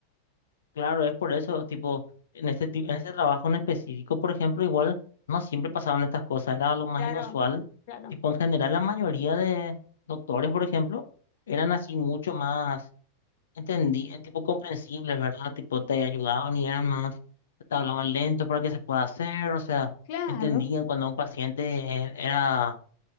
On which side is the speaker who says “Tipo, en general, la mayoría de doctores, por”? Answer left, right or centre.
Left